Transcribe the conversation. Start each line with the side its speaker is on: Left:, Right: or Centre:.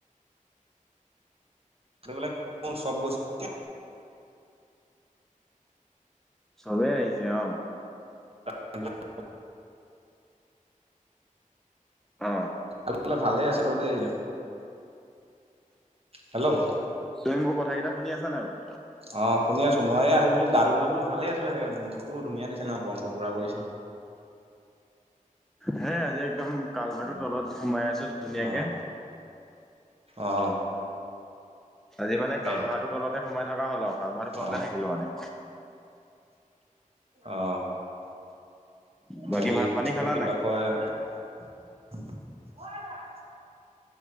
Right: বোলে চব গৈছে।
Centre: চবেই আহিছে অ।
Right: <unintelligible>
Centre: অ।
Right: খা বলে ভালেই আছে ক দেই। হেল্ল'।
Centre: তুমি মোৰ কথা কেইটা শুনি আছা নাই বাও?
Right: অ শুনি আছো। মইয়ে আজি বোলো গা ধুবলে বোলো ভালেই আছিলে চাগে বোলো। ৰ'তো ধুনীয়া দিছে ন গৰমটো পুৰা কৰিছে।
Centre: হে আজি একদম কালভটো তলত
Right: আজি
Centre: সোমাই আছো ধুনীয়াকে
Right: অ অ
Centre: আজি মানে
Right: তাকে
Centre: কালভাৰটো তলতে সোমাই থকা হ'ল আও কালভাৰটো তলতে
Right: অ
Centre: থাকিলো মানে।
Right: অ
Centre: বাকী
Right: হেৰি
Centre: ভাত পানী
Right: এইটো
Centre: খালা
Right: কি
Centre: নাই
Right: বা <unintelligible>